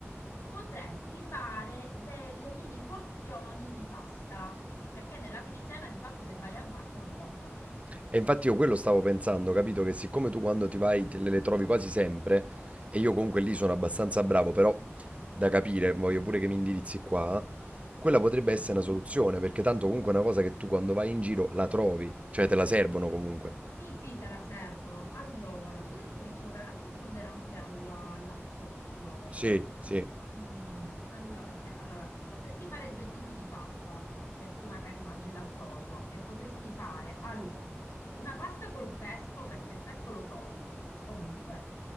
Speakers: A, on the left (about 80°); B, on the right (about 30°).
A: potresti fare delle mini porzioni di pasta, perché nella pericena di fatto se vai al bar te lo portano.
B: E infatti io quello stavo pensando, capito? Che siccome tu quando ti vai te le, le trovi quasi sempre, e io comunque lì sono abbastanza bravo, però da capire, voglio pure che mi indirizzi qua, quella potrebbe
A: Mm.
B: essere una soluzione, perché tanto comunque è una cosa che tu quando vai in giro la trovi, cioè te la servono comunque.
A: Sì, sì, te la servono. Allora, tu hai detto che c'è un ragazzo intollerante al lattosio.
B: Sì, sì,
A: Mm, allora, perché allora, potresti fare due tipi di pasta per chi magari mangia il lattosio e potresti fare allora una pasta col pesto perché il pesto lo trovi ovunque.